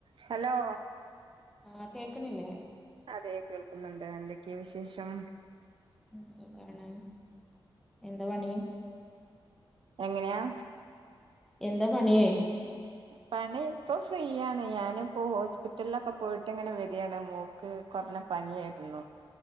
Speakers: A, on the right; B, in the centre.
A: Hello
B: ആ കേക്ക്ണില്ലേ
A: അതെ കേൾക്കുന്നുണ്ട് എന്തൊക്കെ വിശേഷം
B: ഉം സുഖാണ് എന്താ പണി
A: എങ്ങനെയാ
B: എന്താ പണി
A: പണി പ്പം ഫ്രീയാണ് ഞാന്പ്പോ ഹോസ്പിറ്റലിലൊക്കെ പോയിട്ട്ങ്ങനെ വെരാണ് മോൾക്ക് ല്ല പനിയായ്ര്ന്നു